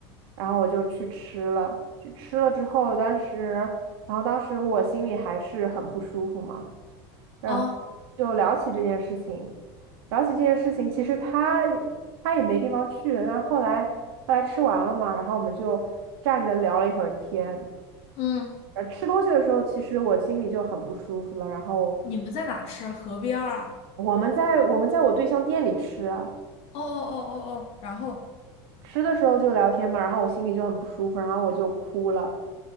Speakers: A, on the right (about 75°); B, on the left (about 50°).
A: 然后我就去吃了，去吃了之后，当时，然后当时我心里还是很不舒服嘛。然后
B: 啊，
A: 就聊起这件事情，聊起这件事情，其实他他也没地方去，然后后来后来吃完了嘛，然后我们就站着聊了一会儿天。
B: 嗯，
A: 呃，吃东西的时候，其实我心里就很不舒服了。然后
B: 你们在哪吃啊？河边儿啊？
A: 我们在我们在我对象店里吃啊，
B: 哦哦哦哦哦，然后，
A: 吃的时候就聊天嘛，然后我心里就很不舒服，然后我就哭了。